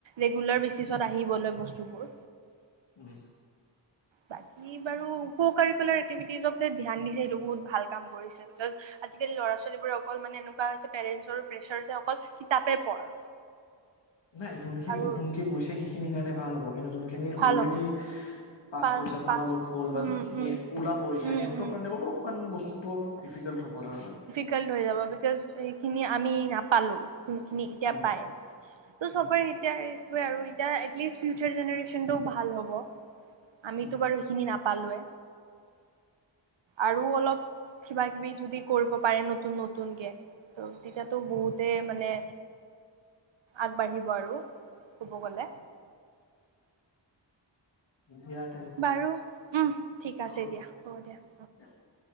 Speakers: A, on the right (about 85°); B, on the left (about 80°).
A: ৰেগুলাৰ বেচিছত আহিবলে বস্তুবোৰ।
B: উম।
A: বাকী বাৰু কু কাৰিকলাৰ এক্টিভিটিক যে ধিয়ান দিছে, সেইটো বহুত ভাল কাম কৰিছে। বিকজ, আজিকালি ল'ৰা ছোৱালীবোৰে অকল মানে এনেকুৱা হৈছে, পেৰেন্টছৰো প্ৰেছাৰ যে অকল কিতাপে পঢ়।
B: নাই যোনখিনি
A: আৰু
B: নতুনকে গৈছে, সেইখিনিৰ কাৰণে ভাল হ'ব, কিন্তু যোনখিনি
A: ভাল
B: অলৰেডি
A: হ'ব
B: পাচ
A: পা
B: কৰিছা, তোমালোক
A: পাছ
B: হ'ল বা
A: উম
B: যোনখিনি
A: উম
B: ওলাব এতিয়া
A: উম
B: সিহঁতৰ
A: উম
B: কাৰণে অলপ মান বস্তুতটো অলপ ডিফিকাল্ট হ'ব তাৰ মানে।
A: কেল হৈ যাব, বিকছ সেই খিনি আমি নাপালোঁ। খিনি এতিয়া
B: উম
A: পাই আছে, ত' চবৰে
B: উম
A: এতিয়া সেইটোৱে আৰু এতিয়া এটলিষ্ট ফিউচাৰ জেনেৰেশ্যনটোও ভাল হ'ব। আমিতো
B: উম
A: বাৰু সেইখিনি নাপালোৱে, আৰু অলপ কিবা কিবি যদি কৰিব পাৰে নতুন নতুনকে, ত' তিতিয়াটো বহুতে মানে আগবাঢ়িব আৰু ক'ব গলে।
B: <inaudible>
A: বাৰু উম, ঠিক আছে
B: অ
A: দিয়া হ'ব দিয়া।
B: <inaudible>